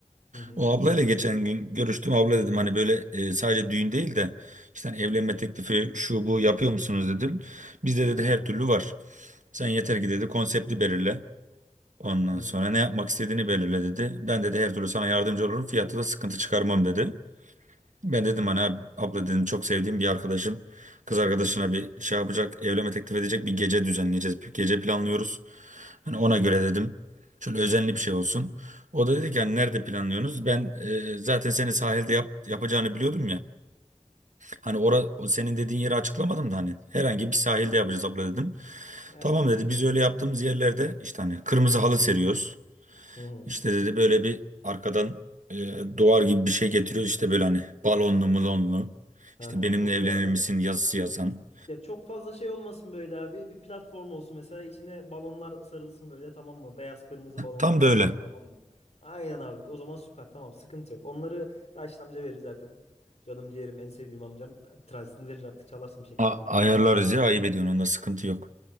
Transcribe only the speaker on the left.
Hı hı.
Hı
hı.
Hı hı.
Hı hı.
Aynen
öyle.
Aynen.
Hı hı.
Aha,
çok
iyi abi.
Ya çok fazla şey olmasın böyle abi. Bir platform olsun mesela içine balonlar sarılsın böyle tamam mı? Beyaz kırmızı balonlar
mesela
tamam mı? Aynen abi. O zaman süper tamam sıkıntı yok. Onları Raşit amca verir zaten. Canım ciğerim en sevdiğim amcam. Transitini verir artık çalarsın bir şekilde
kral
değil mi?